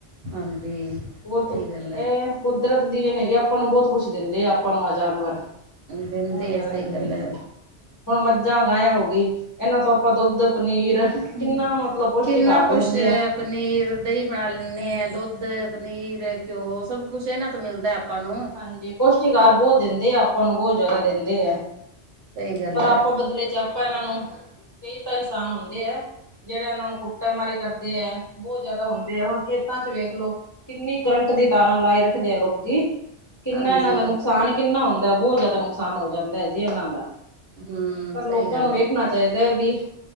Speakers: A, on the right; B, on the left.
A: ਹਾਂਜੀ
B: ਬਹੁਤ
A: ਸਹੀ ਗੱਲ ਐ।
B: ਇਹ ਕੁਦਰਤ ਦੀ ਇਹ ਨੇਗੇ ਆਪਾਂ ਨੂੰ ਬਹੁਤ ਕੁਛ ਦੇਂਦੇ ਆ। <unintelligible> ਜਾਨਵਰ
A: ਦਿੰਦੇ
B: ਬੋਤ ਜਿਆਦਾ
A: ਹੈ ਸਹੀ
B: ਦੇਂਦੇ।
A: ਗੱਲ ਹੈ
B: ਹੁਣ ਮੱਝਾਂ ਗਾਇ ਹੋ ਗੀ, ਏਨਾਂ ਤੋਂ ਆਪਾਂ ਦੁੱਧ ਪਨੀਰ
A: <unintelligible>
B: ਕਿੰਨਾ ਮਤਲਬ ਪੌਸ਼ਟਿਕ
A: ਕਿੰਨਾ
B: ਆਹਾਰ
A: ਕੁਛ
B: ਲੈਂਦੇ ਆ
A: ਪਨੀਰ, ਦਹੀਂ ਬਣਾ ਲੈਣੇ
B: ਹਾਂਜੀ
A: ਆ ਦੁੱਧ ਧ ਪਨੀਰ ਘਿਓ ਸਭ ਕੁੱਛ ਇਹਨਾਂ ਤੋਂ ਮਿਲਦਾ। ਨੂੰ
B: ਹਾਂਜੀ, ਪੋਸ਼ਟੀਕਾਰ ਬਹੁਤ ਦਿੰਦੇ ਆ ਅਪਾਂ ਨੂੰ ਬੌਤ ਜੈਦਾ ਦਿੰਦੇ ਐ।
A: ਸਹੀ ਗੱਲ
B: ਪਰ ਆਪਾਂ
A: ਐ,
B: ਬਦਲੇ ਚ ਆਪਾਂ ਇਹਨਾਂ ਨੂੰ, ਕਈ ਤਾਂ ਇਨਸਾਨ ਹੁੰਦੇ ਐ। ਜੇੜੇ ਇਹਨਾਂ ਨੂੰ ਕੁੱਟਾ ਮਾਰੀ ਕਰਦੇ ਐ, ਬੌਤ ਜੈਦਾ ਹੁੰਦੇ ਐ, ਹੁਣ ਖੇਤਾਂ ਚ ਵੇਖ ਲੋ। ਕਿੰਨੀ ਕਰੰਟ ਦੀ ਤਾਰਾਂ ਲਾਈ ਰੱਖਦੇ ਆ ਲੋਕੀ। ਕਿੰਨਾ
A: ਹਾਂਜੀ
B: ਏਨਾਂ ਦਾ ਨੁਕਸਾਨ ਕਿੰਨਾ ਹੁੰਦਾ, ਬੋਤ ਜਾਦਾ ਨੁਕਸਾਨ ਹੋ ਜਾਂਦਾ ਹੈ ਜੀ ਏਨਾਂ ਦਾ।
A: ਹੂੰ
B: ਪਰ ਲੋਕਾਂ
A: ਸਹੀ ਗੱਲ
B: ਨੂੰ ਵੇਖਣਾ
A: ਐ।
B: ਚਾਈਦਾ ਬੀ